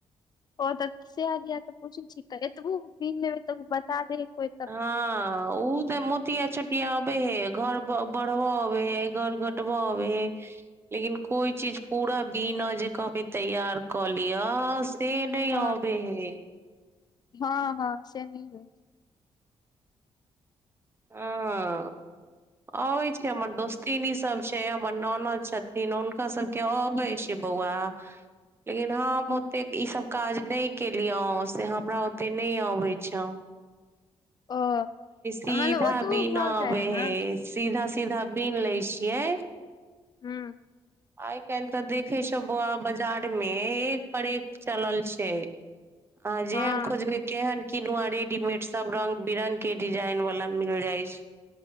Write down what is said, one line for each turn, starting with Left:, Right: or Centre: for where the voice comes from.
Left: ओ तऽ सेएह दिया तऽ पूछै छी, तऽ एतबो बिन लेबे तऽ बता दे है कोई।
Right: हँ उतऽ मु। टया छटिया अबै है, घर बढ़ब अबै है, घर घटबऽ अबै है। लेकिन कोई चीज पूरा बीन जे कहबई तैयार कऽ लिय। से नहि
Left: हँ
Right: अबे हे।
Left: हँ हँ से नहि होए।
Right: हॅं। अबै छै, हमर दोस्तनी सब छै, हमर ननद सब छथिन हुनका सब। के अबै छै, बौआ लेकिन हम
Left: ओ
Right: ओतेक ई सब। काज नहि केलिय से हमरा ओते नहि अबै छै।
Left: ओ।
Right: सीधा
Left: मतलब ओतबो
Right: बिन
Left: भऽ
Right: अबे
Left: जाइ है
Right: हे
Left: ने
Right: सीधा सीधा बिन लै छियै।
Left: हू।
Right: आइ काइलह तऽ देखे छ, बौआ बाजार में एक पर एक चलल छै। आंहां जेहन
Left: हँ
Right: खोजबै तेहन किनुआ रेडीमेड सब रंग बिरंग के डिजाइन वाला। ल मिल जाइ छै।